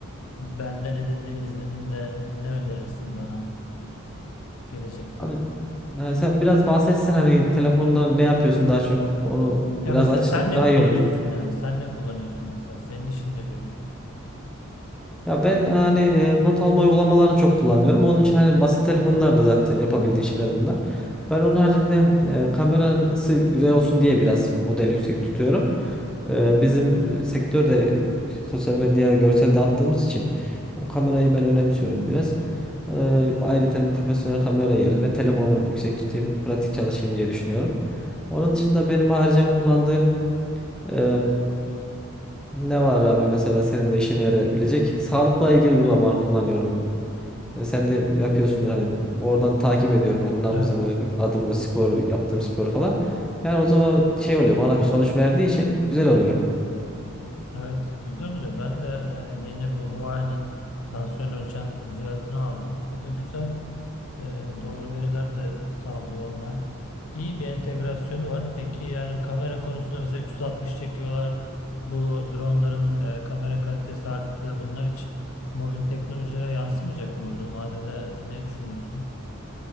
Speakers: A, on the left (about 80°); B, in the centre.
A: benden edindiğin izlenimle ne önerirsin bana gelecekte?
B: Abi ha, sen biraz bahsetsen hani telefonda ne yapıyorsun daha çok onu biraz
A: Ya mesela
B: açsak
A: sen ne
B: daha
A: kullanıyorsun
B: iyi olur.
A: yani? Sen ne kullanıyorsun mesela? Senin işin ne görüyor?
B: Ya ben hani e, not alma uygulamalarını çok kullanıyorum. Onun için hani basit telefonlarda zaten yapabildiğin şeyler bunlar. Ben onun haricinde e, kamerası güzel olsun diye biraz model yüksek tutuyorum. E, bizim e, sektörde sosyal medyaya görsel dağıttığımız için o kamerayı ben önemsiyorum biraz. E, ayrıca hani profesyonel kamera yerine telefonu yüksek tutayım, pratik çalışayım diye düşünüyorum. Onun dışında benim haricen kullandığım ee, ne var abi mesela senin de işine yarayabilecek? Sağlıkla ilgili uygulamalar kullanıyorum. E, Sen de yapıyorsundur hani oradan takip ediyorum hani nabzımı,
A: Evet.
B: adımı, spor yaptığım sporu falan. Yani o zaman şey oluyor bana bir sonuç verdiği için güzel oluyor.
A: Evet. Güzel oluyor. Ben de e, yeni bu Huawei'nin tansiyon ölçen cihazını aldım. O da güzel. E, doğru veriler de sağlıyor online. İyi bir entegrasyonu var. Peki yani bu kamera konusunda mesela 360 çekiyorlar. Bu dronların e, kamera kalitesi arttı. Bunlar hiç mobil teknolojilere yansımayacak mı uzun vadede? Ne düşünüyorsun?